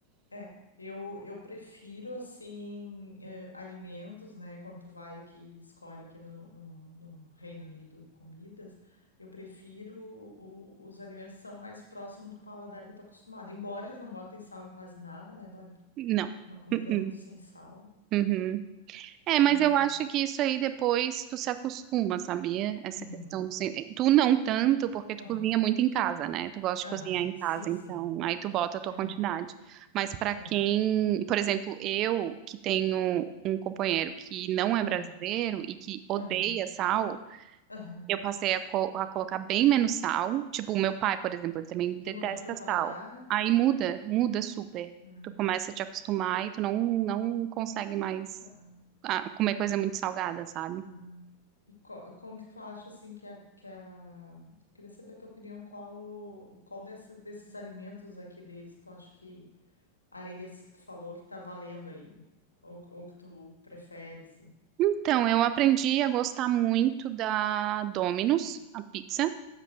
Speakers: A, on the left (about 80°); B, on the right (about 35°).
A: É, eu, eu prefiro, assim, eh, alimentos, né? Quando tu vai aqui, escolhe aqui no, no, no Reino Unido comidas, eu prefiro o- os alimentos que são mais próximos do paladar que eu tô acostumada. Embora eles não botem sal em quase nada, né, Bárbara?
B: Não.
A: É uma comida
B: Uh-uh.
A: muito sem sal.
B: Uhum. É, mas
A: E.
B: eu acho que isso aí depois tu se acostuma, sabia? Essa
A: Uhum,
B: questão do... sen- eh, Tu não tanto, porque tu
A: aham,
B: cozinha muito em casa, né? Tu gosta
A: aham,
B: de cozinhar em casa,
A: sim, sim.
B: então aí tu bota a tua
A: É,
B: quantidade. Mas pra
A: é,
B: quem, por exemplo, eu que tenho um companheiro que não
A: aham,
B: é brasileiro e que odeia
A: aham,
B: sal,
A: aham.
B: Eu passei a, co- a colocar bem menos sal. Tipo, o meu pai, por exemplo, ele também detesta
A: Tu mudou teu paladar?
B: sal. Aí muda, muda super.
A: Ah,
B: Tu começa a te acostumar e tu não, não consegue mais
A: Aham.
B: ah, comer coisa muito salgada, sabe?
A: Uhum. E co- como que tu acha assim que é que a... Queria saber a tua opinião, qual qual dessa- desses alimentos aqui deles tu acha que além desses que tu falou que tá valendo aí ou ou que tu prefere assim?
B: Então, eu aprendi a gostar muito da Domino's, a pizza,